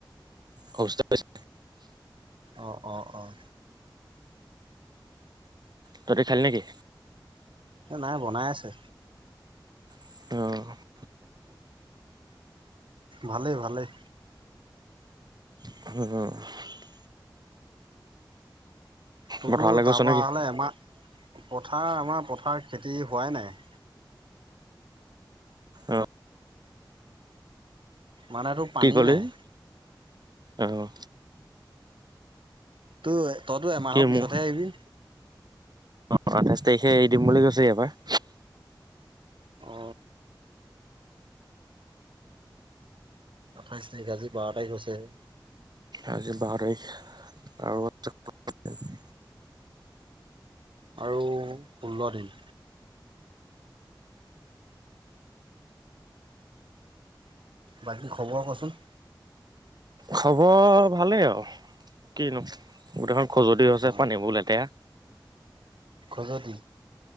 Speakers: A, on the right (about 55°); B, on the right (about 80°).
A: <unintelligible>
B: অঁ অঁ অঁ।
A: তহঁতি খালি নেকি?
B: নাই বনাই আছে।
A: অঁ।
B: ভালেই ভালেই।
A: <unintelligible>
B: তোৰতো
A: পথাৰলৈ গৈছ
B: তাৰ পৰা
A: নেকি
B: হলে এমাহ, পথাৰ আমাৰ পথাৰ খেতি হোৱাই নাই।
A: অ
B: মানে তোৰ পানী
A: কি কলি?
B: নাই
A: অঁ।
B: তো তইতো এমাহৰ
A: কি
B: পিছতহে
A: মোৰ
B: আহিবি।
A: অ আঠাইছ তাৰিখে এৰি দিম বুলি কৈছে এইবাৰ।
B: অ আঠাইছ তাৰিখ আজি বাৰ তাৰিখ হৈছেহে।
A: আজি বাৰ তাৰিখ আৰু <unintelligible>
B: আৰু ষোল্ল দিন। বাকী খবৰ কচোন।
A: খবৰ ভালেই আৰু কিনো, গোটেইখন খজুৱতি হৈছে
B: অ
A: আছে পানীবোৰ লেতেৰা।
B: খজতি?